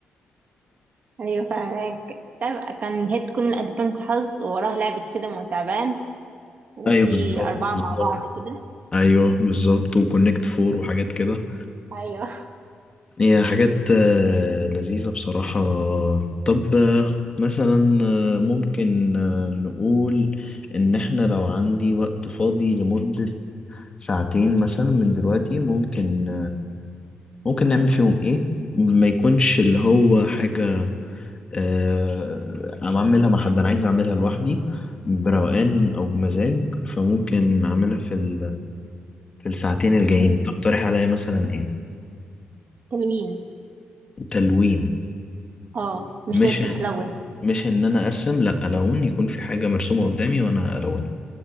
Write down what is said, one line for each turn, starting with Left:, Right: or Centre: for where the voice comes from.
Right: ايوه فعلا لعبة- كان هي تكون بنك الحظ ووراها لعبه سلم وتعبان وفي
Left: أيوه بالظبط
Right: اربعه
Left: بالظبط
Right: مع بعض كده
Left: أيوه بالظبط وكونكت فور وحاجات كده
Right: ايوه
Left: هي حاجات آه، لذيذة بصراحة طب آه، مثلا آه، ممكن آه، نقول إن إحنا لو عندي وقت فاضي لمدة ساعتين مثلا من دلوقتي ممكن ممكن نعمل فيهم ايه ما يكونش اللي هو حاجة آه، انا اعملها مع حد انا عايز اعملها لوحدي بروقان او بمزاج فممكن اعملها في ال... في الساعتين الجايين
Right: <laughs>
Left: تقترح عليا مثلا ايه
Right: تلوين
Left: تلوين
Right: اه مش
Left: مش
Right: ترسم تلون
Left: مش ان انا ارسم لا الون يكون في حاجة مرسومة قدامي وانا الونها